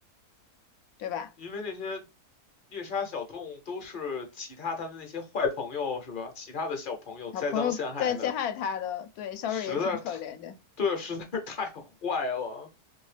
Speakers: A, on the left (about 75°); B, on the left (about 45°).
A: 对吧？
B: 因为那些猎杀小动物都是其他他的那些坏朋友是吧？其他的小朋友栽赃陷害的，
A: 小朋友在陷害他的，对，肖瑞也挺可怜的。
B: 实在是太，对，实在是太坏了。